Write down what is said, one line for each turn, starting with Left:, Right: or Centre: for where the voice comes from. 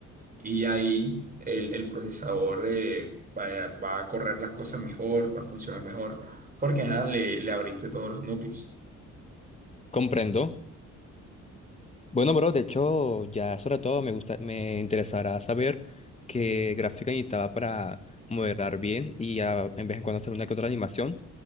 Right: Y ahí el, el procesador eh, va, va a correr las cosas mejor, va a funcionar mejor, porque ajá, le, le abriste todos los núcleos.
Left: Comprendo. Bueno, bro, de hecho, ya sobre todo me gusta, me interesará saber qué gráfica necesitaba para modelar bien y a- en vez en cuando hacer una que otra animación.